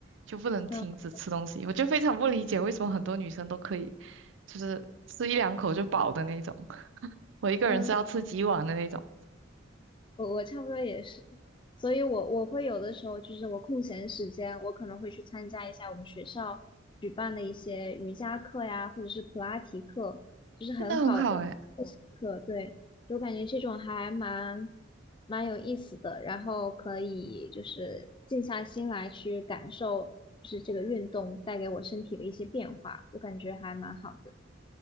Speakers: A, on the right; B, on the left.
A: 就不能停止吃东西。
B: 好
A: 我就非常不理解为什么很多女生都可以，就是吃一两口就饱的那种，<laughs> 我一个人是要吃几碗的那种，
B: 下面我我差不多也是，所以我我会有的时候就是我空闲时间，我可能会去参加一下我们学校举办的一些瑜伽课呀，或者是普拉提课，就是很好的复习课。
A: 真的很好诶，
B: 对，就感觉这种还蛮蛮有意思的，然后可以就是静下心来去感受，就是这个运动带给我身体的一些变化，我感觉还蛮好的。